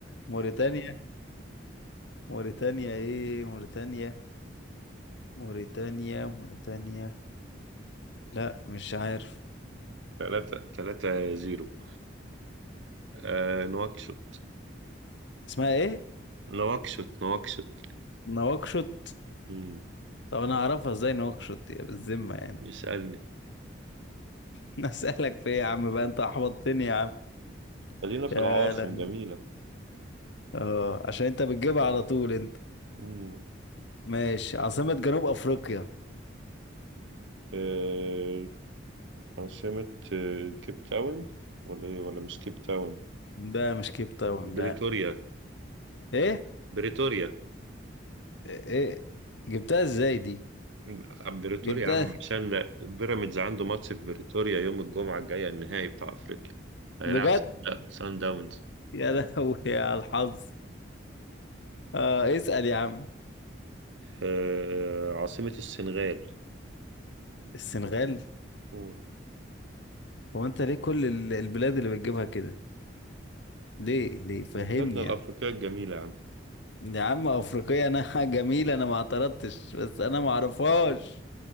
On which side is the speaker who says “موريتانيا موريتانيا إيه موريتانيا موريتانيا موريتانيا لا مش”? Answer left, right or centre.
Left